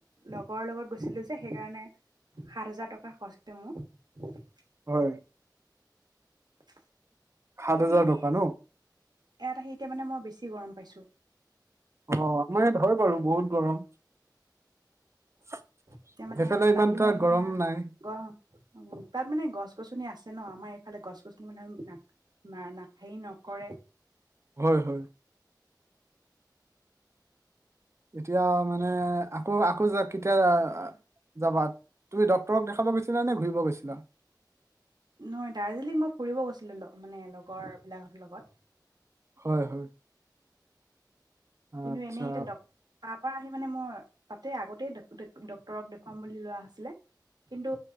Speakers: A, on the right; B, on the right.
A: লগৰ লগত গৈছিলোঁ যে সেইকাৰণে সাত হাজাৰ টকা খৰচ হৈছিলে মোক।
B: হয়।
A: <inaudible>
B: সাত
A: বাকী
B: হাজাৰ
A: এনেই
B: টকা ন'?
A: ইয়াত আহি এতিয়া মানে মই বেছি গৰম পাইছোঁ।
B: অ' আপোনাৰ ইয়াত হয় বাৰু বহুত গৰম। <inaudible>
A: এতিয়া মানে
B: সেইফালে
A: তাত
B: এটা
A: ইমান ধুনীয়া
B: গৰম নাই
A: গৰম উ, তাত মানে গছ গছনি আছে ন' আমাৰ এইফালে গছ গছনি মানে না না নখাই হেৰি নকৰে।
B: হয় হয়। এতিয়া মানে আকৌ আকৌ কেতিয়া যাবা? তুমি ডক্তৰক দেখাব গৈছিলা নে ঘূৰিব গৈছি লা
A: নহয় দাৰ্জিলিং মই ফুৰিব গৈছিলোঁ মানে লগৰবিলাকৰ লগত।
B: হয় হয়।
A: কিন্তু
B: আচ্ছা
A: এনেই এতিয়া ডক, তাৰ পৰা আহি মানে মই তাতে আগতেই ডে ড-ডক্তৰক দেখুৱাম বুলি লোৱা হৈছিলে। কিন্তু